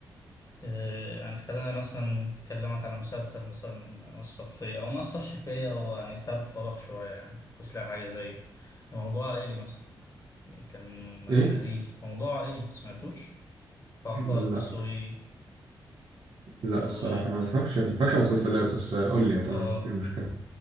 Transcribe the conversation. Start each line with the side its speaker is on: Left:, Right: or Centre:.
Left: آه، يعني خلينا مثلا نكلمك على مسلسل مثلا أثر فيا أو ما أثرش فيا هو يعني ساب فراغ شوية يعني مكنتش لاقي حاجة زيه موضوع عائلي مثلا كان
Right: ايه
Left: لذيذ موضوع عائلي مسمعتوش بتاع
Right: لا
Left: طه الدسوقي
Right: لا
Left: و
Right: الصراحه ما اتفرجش ما اتفرجش على مسلسلات بس قول لي تمام
Left: آه
Right: مفيش مشكله